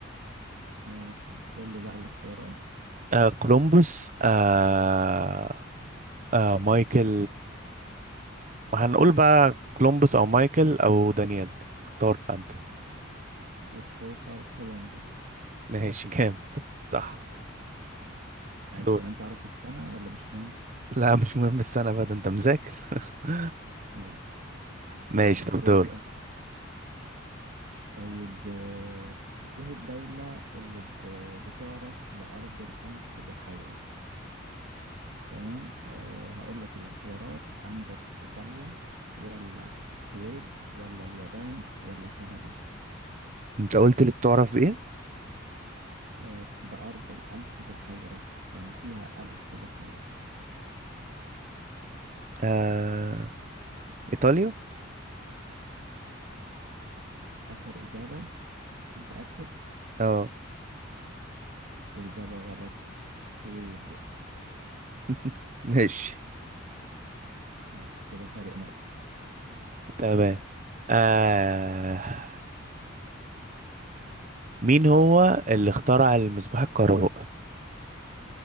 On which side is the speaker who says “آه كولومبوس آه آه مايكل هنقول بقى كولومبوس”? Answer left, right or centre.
Right